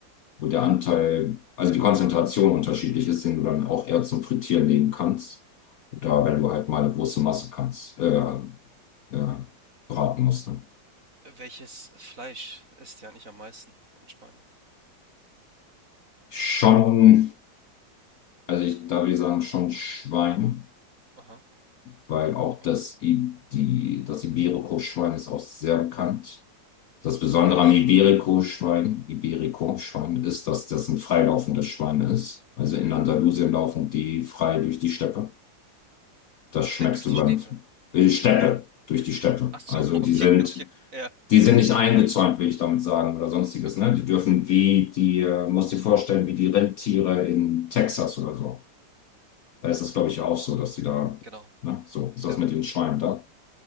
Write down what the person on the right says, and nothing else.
Welches Fleisch esst ihr eigentlich am meisten in Spanien?
Aha,
und
irgendwie habe ich
äh, durch die
Städte?
Ach so,
<laughs>
okay,
okay, ja,
okay,
genau,
ja.